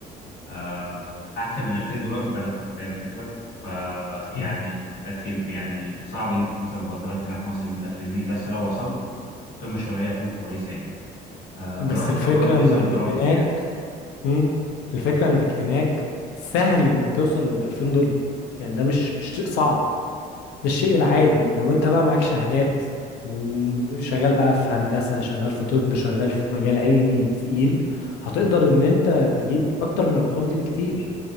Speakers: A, on the left; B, on the left.
A: آه، احسن من 2000 دولار في بلدهم فاهم الفكره؟ فيعني
B: فاهم.
A: بس يم- يعني صعب ان انت توصل لمرتبات هنا في مصر 100000 جنيه بس لو وصلت القيمه الشرائيه هتكون كويسه يعني آه،
B: بس
A: فالواحد
B: الفكره
A: كان برضه لسه
B: انك
A: متردد
B: هناك
A: يعني
B: مم. الفكره انك هناك سهل انك توصل ل 2000 دولار يعني ده مش مش شيء صعب الشيء العادي لو انت بقى معاك شهادات وشغال بقى في هندسة شغال في طب شغال في مجال علمي تقيل هتقدر ان انت تجيب اكتر من الارقام دي بكتير